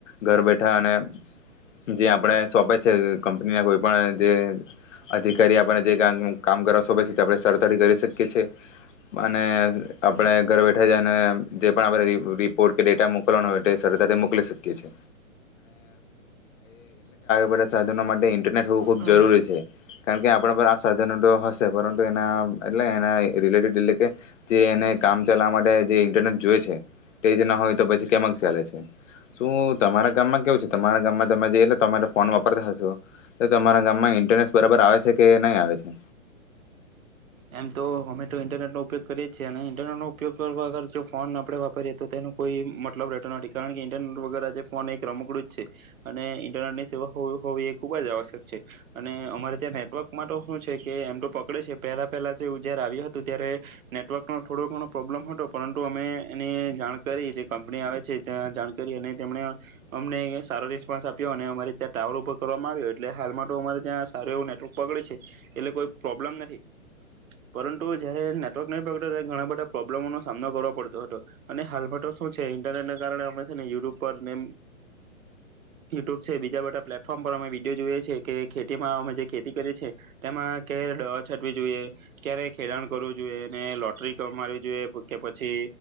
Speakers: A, on the left; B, on the right.
A: ઘર બેઠા અને જે આપણે સોંપે છે કંપનીના કોઈ પણ જે અધિકારી આપને જે કામ કરવા સોંપે છે આપણે સરતાથી કરી શકીએ છેએ અને આપણે ઘર બેઠા જઈને જે પણ આપણે રિપોર્ટ કે ડેટા મોકલવાનો હોય સરતાથી ટલે બધા સાધનો માટે થ વું ખૂબ
B: હા
A: જરૂરી છે. કારણ કે આપણા પર આ સાધનો તો હશે પરંતુ એના એટલે એના રિલેટેડ એટલે કે જે એને કામ ચાલવા માટે જે ઇન્ટરનેટ જોય છે તે જ ના હોય તો પછી કેમક ચાલે છે. શું તમારા ગામમાં કેવું છે તમારા ગામમાં તમે એટલે તમારે ફોન વાપરતા હશો તો તમારા ગામમાં ઇન્ટરનેટ બરાબર આવે છે કે નહી આવે છે.
B: એમ તો અમે તો ઇન્ટરનેટ નો ઉપયોગ કરીએે જ છીએ અને ઇન્ટરનેટ નો ઉપયોગ કરવા વગર જો ફોન આપણે વાપરીએ તો તેનો કોઈ મતલબ રહેતો નથી કારણ કે ઇન્ટરનેટ વગર આજે ફોન એક રમકડું જ છે અને ઇન્ટરનેટ ની સેવા હોવી એ ખુબ જ આવશ્યક છે અને અમારે ત્યાં નેટવર્કમાં તો શું છે કે એમ તો પકડે છે પહેલા પહેલાું જયારે આવ્યું હતું ત્યારે નેટવર્કનો થોડો ઘણો પ્રોબ્લમ હતો પરંતુ અમે એની જાણકારી જે કંપની આવે છે ત્યાં જાણ કરી અને તેમને અમને સારો રિસ્પોન્સ આપ્યો અને અમારે ત્યાં ટાવર ઉપર કરવામાં આવ્યો એટલે હાલમાં તો અમારે ત્યાં સારું એવું નેટવર્ક પકડે છે એટલે કોઈ પ્રોબ્લમ નથી. પરંતુ જયારે નેટવર્ક નહી પગતો ત્યારે ઘણા બધા પ્રોબ્લેમો નો સામનો કરવો પડતો હતો અને હાલમાં તો શું છે ઇન્ટરનેટને કારણે અમે છે ને યુટ્યુબ પર ને યુટ્યુબ છે બીજા બધા પ્લેટફોર્મ પર અમે વિડીયો જોઈએ છ છે કે ખેતીમાં અમે જે ખેતી કરીએીએ તેમાં કે દવા છટવી જોઈએ. ક્યારે ખેડાણ કરવું જોઈએ એને લોટરી મારવી જોઈએ કે પછી